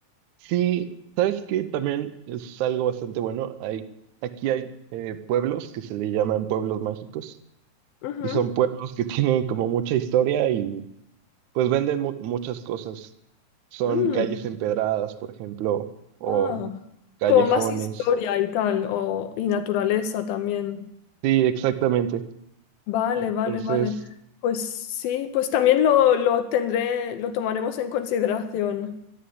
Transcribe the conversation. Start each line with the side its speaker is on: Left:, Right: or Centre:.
Right: Sí, sabes que también es algo bastante bueno. Hay, aquí hay eh, pueblos que se le llaman pueblos mágicos
Left: Ujú.
Right: y son pueblos que <laughs> tienen como mucha historia y pues venden mu- muchas cosas. Son
Left: Mm,
Right: calles empedradas, por ejemplo, o
Left: Ah,
Right: callejones.
Left: como más historia y tal, o, y naturaleza también.
Right: Sí, exactamente.
Left: Vale,
Right: Entonces,
Left: vale, vale. Pues sí, pues también lo, lo tendré, lo tomaremos en consideración.